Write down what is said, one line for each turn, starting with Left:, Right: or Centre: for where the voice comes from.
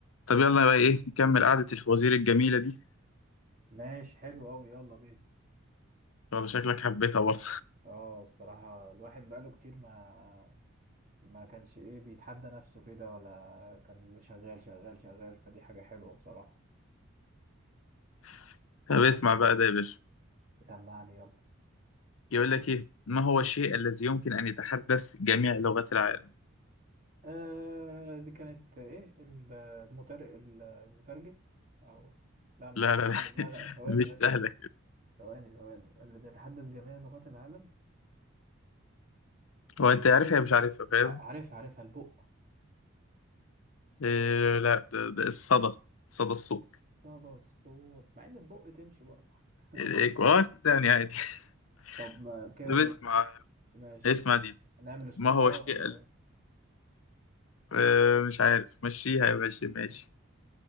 Left: طب يلا بقى ايه نكمل قعدة الفوازير الجميلة دي
Right: ماشي حلو قوي يلا بينا
Left: والله شكلك حبيتها برضه
Right: اه الصراحة الواحد بقاله كتير ما ما كانش ايه بيتحدى نفسه كده ولا كان شغال شغال شغال فدي حاجة حلوة بصراحة
Left: <laughs> طب اسمع بقى ده يا باشا
Right: سمعني يلا
Left: يقول لك ايه ما هو الشيء الذي يمكن ان يتحدث جميع لغات العالم
Right: آه دي كانت ايه ال- المتر... المترجم او لا مش
Left: لا
Right: المترجم
Left: لا لا <laughs>
Right: لا لا ثواني
Left: مش
Right: بس
Left: سهلة كده
Right: ثواني ثواني اللي بيتحدث جميع لغات العالم
Left: هو انت عارفها مش عارفها فاهم
Right: ع- عارفها عارفها البق
Left: إيه لا ده, ده الصدى صدى الصوت
Right: صدى الصوت مع ان البق تمشي برضه <laughs> ماشي.
Left: الايكو اه صدقني عادي <laughs>
Right: طب ما- كده
Left: طب اسمع
Right: ماشي ماشي
Left: اسمع دي
Right: نعمل سكور
Left: ما هو
Right: بقى
Left: الشيء
Right: ولا
Left: ال... آه، مش عارف مشيها يا باشا ماشي